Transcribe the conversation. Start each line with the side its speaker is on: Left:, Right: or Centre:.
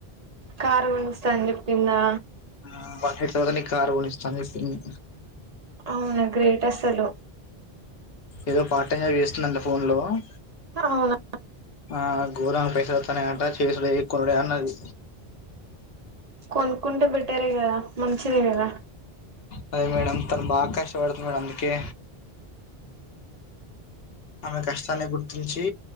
Right: కారు కొనిస్తా అన్ చెప్పిందా
Left: <inaudible> కారు కొనిస్తా అన్ చెప్పింది
Right: అవునా గ్రేట్ అసలు
Left: ఏదో పార్టైంగా చేస్తుందంట ఫోన్ లో ఆ
Right: అవునా
Left: ఆ గోరంగ పైస వస్తానే అంట చేసుడ కొనుడ అన్నది
Right: కొనుకుంటా బెటర్ కదా మంచిదే కదా
Left: అదే మేడం తను బాగా కష్టపడుతుంది మేడం అందుకే ఆమె కష్టాన్ని గుర్తించి